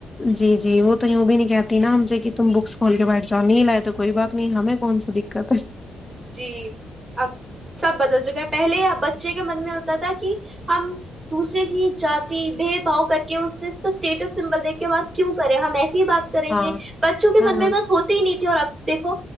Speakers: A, on the left; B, on the right.
A: جی جی وہ تو یوں بھی نہیں کہتی نا ہم سے کہ تم بکس کھول کے بیٹھ جاؤ نہیں لائے تو کوئی بات نہیں ہمیں کون سی دقت ہے
B: جی اب سب بدل چکا ہے پہلے بچے کے من میں ہوتا تھا کہ ہم دوسرے کی جات بھید بھؤ کر کے اس سے اس کا اسٹیٹس سمبل دیکھ کے بع کیوں کریں ہم ایسے بات کریں
A: ہاں
B: گے بچوں کے
A: ہاں
B: من میں بات ہوتی ہی نہیں تھی اور آپ دیکھو